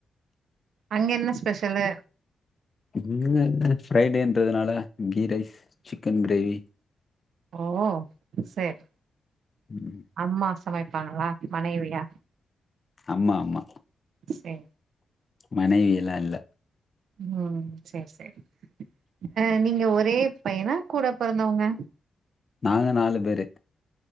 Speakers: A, on the right; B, on the left.
A: அங்க என ஸ்பெஷலு
B: இங்கங்க ஃப்ரைடேன்றதுனால கீ ரைஸ் சிக்கன் கிரேவி
A: ஓ சேரி
B: ம்
A: அம்மா சமைப்பாங்களா மனைவியா
B: அம்மா அம்மா
A: சே
B: மனைவியல இல்ல
A: ம் சேரி சேரி ஆ நீங்க ஒரே பையனா கூட பொறந்தவங்க
B: நாங்க நாலு பேரு